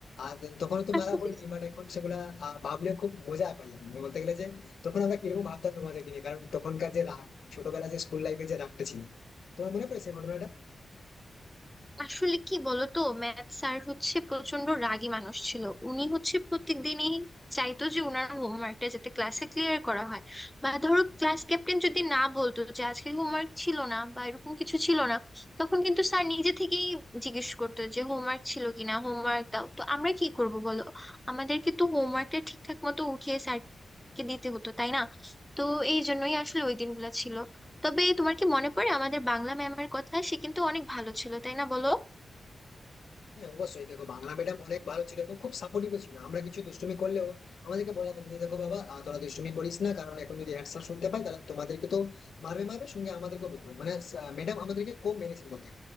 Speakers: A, on the left; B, in the centre.
A: আর তখন তো
B: <laughs>
A: মারা হয়নি বাট এখন সেগুলা আহ, ভাবলে খুব মজা পাই আমি। বলতে গেলে যে তখন আমরা কিরকম ভাবতাম তোমাদেরকে নিয়ে কারণ তখনকার যে রাগ ছোটবেলা যে স্কুল লাইফে যে রাগটা ছিল তোমার মনে পড়ে সেই ঘটনাটা
B: আসলে কি বলতো ম্যাথ স্যার হচ্ছে প্রচন্ড রাগী মানুষ ছিল উনি হচ্ছে প্রত্যেকদিনই চাইতো যে ওনার হোমওয়ার্কটা যাতে ক্লাসে ক্লিয়ার করা হয় বা ধরো ক্লাস ক্যাপ্টেন যদি না বলতো যে আজকে হোমওয়ার্ক ছিল না বা এরকম কিছু ছিল না তখন কিন্তু স্যার নিজে থেকেই জিজ্ঞেস করতো যে হোমওয়ার্ক ছিল কিনা হোমওয়ার্ক দাও তো আমরা কি করব বলো আমাদেরকে তো হোমওয়ার্কটা ঠিকঠাক মতো উঠিয়ে স্যারকে দিতে হতো তাই না তো এই জন্যই আসলে ওই দিনগুলো ছিল তবে তোমার কি মনে পড়ে আমাদের বাংলা ম্যামের কথা সে কিন্তু অনেক ভালো ছিল তাই না বলো
A: হ্যাঁ অবশ্যই দেখো বাংলা ম্যাডাম অনেক ভালো ছিল এবং খুব সাপোর্টিভ ছিল আমরা কিছু দুষ্টুমি করলেও আমাদেরকে বোঝাতেন যে দেখো বাবা আহ, তোরা দুষ্টুমি করিস না কারণ এখন যদি হ্যান্ড স্যার শুনতে পাই তাহলে তোমাদেরকে তো মারবে মারবে সঙ্গে আমাদেরকে বুঝবে মানে ম্যাডাম আমাদেরকে কম মেরেছেন বলতেন